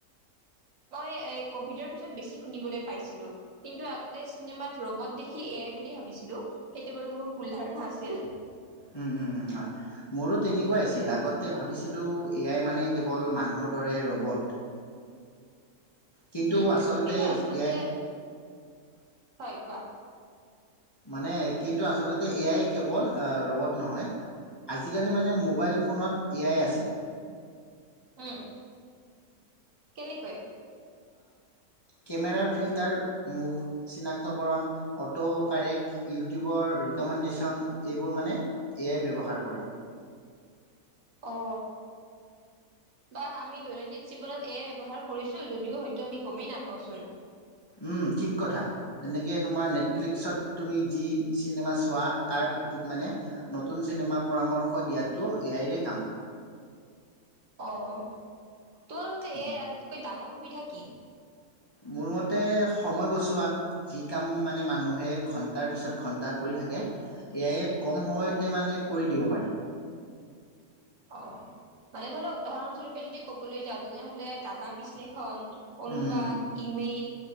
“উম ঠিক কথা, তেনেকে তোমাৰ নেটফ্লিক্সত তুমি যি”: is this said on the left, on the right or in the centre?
Left